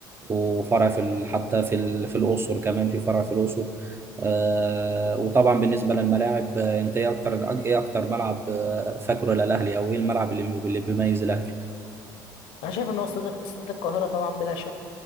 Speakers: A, on the right; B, on the left.
A: وفرع في ال- حتى في ال- في الأقصر كمان في فرع في الأقصر آه، وطبعا بالنسبة للملاعب آه، انت ايه اكتر ايه اكتر ملعب آه، فاكره للأهلي او ايه الملعب اللي اللي بيميز الأهلي
B: انا شايف ان هو استاد استاد القاهره طبعا بلا شك